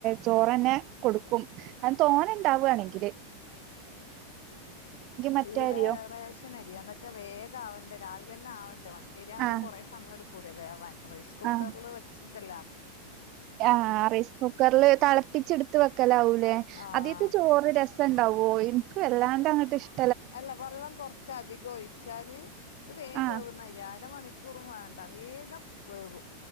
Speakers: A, on the right (about 40°); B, on the left (about 65°).
A: ചോറ്ന്നെ കൊടുക്കും അ തോനെ ഉണ്ടാവുകയാണെങ്കില് മറ്റേ
B: ഇവിടെ
A: അരിയോ
B: ഏ റേശനരിയാന്ന് വെച്ചാ വേഗം ആവണ്ട രാവില തന്നെ ആവണ്ടേ മറ്റേര്യാവുമ്പോ
A: ആഹ്
B: കുറെേ സമയം എടുക്കൂലേ വേവാൻ റൈസ് കുക്കറിൽ
A: ആഹ്
B: വെച്ചിട്ടല്ല
A: ആഹ് റൈസ് കുക്കറില് തിളപ്പിച്ചെടുത്ത് വെക്കലാവൂല്ലേ
B: ആഹ്
A: അതീത്തെ ചോറ് രസ ണ്ടാവോ എനി വല്ലാണ്ട് അങ്ങട്ട് ഇഷ്ടം
B: അല്ല വെള്ളം കൊറച്ച് അധികം ഒഴിച്ചാല് ഇത് വേം
A: ആഹ്
B: വേവുന്ന അരി അരമണി റും വേണ്ട വേഗം വേവും